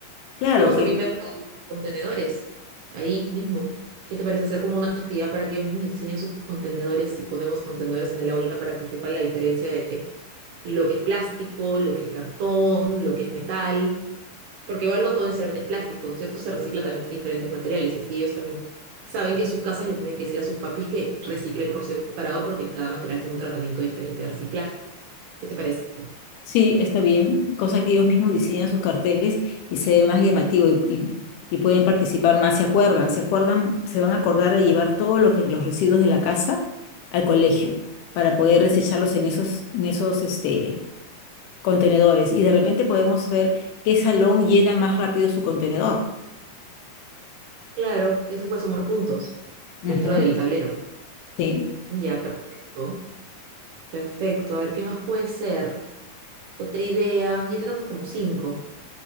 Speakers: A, on the left; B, on the right.
A: claro
B: Podemos
A: que
B: también ver lo de los contenedores ahí mismo. ¿Qué te parece hacer como una actividad para que ellos mismos diseñen sus contenedores y ponemos contenedores en el aula para que sepan la diferencia de lo que es plástico, lo que es cartón, lo que es metal? Porque igual no todo necesariamente es plástico, ¿no es cierto? Se recicla también diferentes materiales y así ellos también saben que sus casas le tienen que decir a sus papis que reciclen por separado porque cada material tiene un tratamiento diferente de reciclaje. ¿Qué te parece?
A: sí, está bien, cosa que ellos mismos diseñan sus carteles y se ve más llamativo y, y- y pueden participar más, se acuerdan, se acuerdan, se van a acordar de llevar todo lo que los residuos de la casa al colegio para poder desecharlos en esos, en esos este, contenedores. Y de repente podemos ver qué salón llena más rápido su contenedor.
B: Claro, eso puede sumar puntos
A: Ujú.
B: dentro del tablero.
A: Sí,
B: Ya, perfecto. Perfecto. A ver, ¿qué más puede ser? Otra idea. Ya tenemos como cinco,